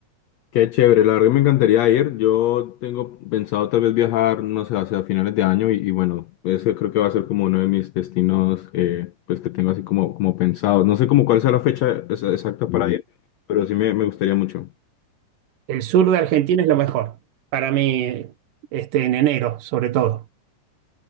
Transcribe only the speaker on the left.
qué chévere. La verdad que me encantaría ir. Yo tengo pensado tal vez viajar, no sé, hacia finales de año y, y bueno, ese creo que va a ser como uno de mis destinos, eh, pues que tengo así como, como pensado. No sé como cuál sea la fecha ex- exacta para ir, pero sí me, me gustaría mucho.